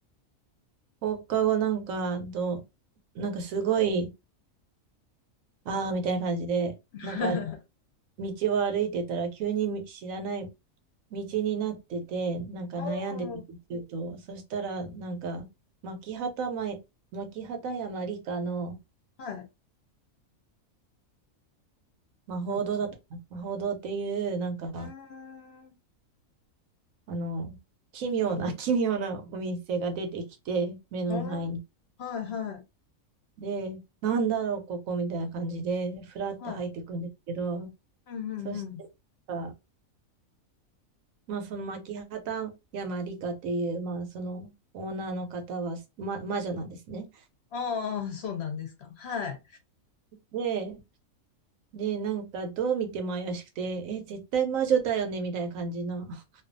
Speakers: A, on the right (about 75°); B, on the left (about 60°).
A: 放課後なんか、どなんかすごい、ああ、みたいな感じで、
B: <laughs>
A: なんか、道を歩いてたら、急にみ知らない道になってて、なんか悩んでてると、
B: おー、
A: そしたら、なんか、牧畑前、牧畑山理科の
B: はい、
A: 魔法堂だったかな、
B: マッキー。
A: 魔法堂っていう、なんか、
B: うーん、
A: あの、奇妙な、<laughs> 奇妙なお店が出てきて、目の前に。
B: おー、はい、はい、
A: で、なんだろう、ここみたいな感じで、ふらって入ってくんですけど、
B: はい。うん、うん、
A: そしてあ
B: うん。
A: まあ、その牧畑山里香っていう、まあ、そのオーナーの方は、ま、魔女なんですね。
B: ああ、そうなんですか。はい。
A: で、で、なんかどう見ても怪しくて、え、絶対魔女だよねみたいな感じの、<laughs>